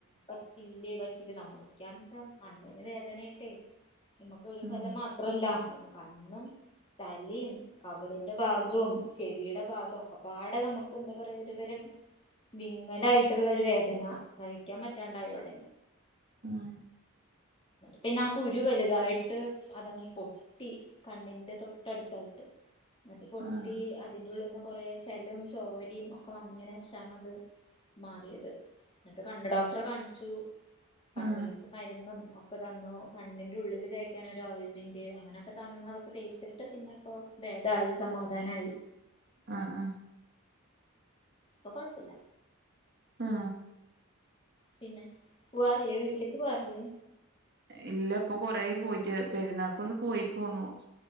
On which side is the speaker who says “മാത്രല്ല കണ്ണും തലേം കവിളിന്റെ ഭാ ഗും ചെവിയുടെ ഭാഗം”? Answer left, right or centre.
Left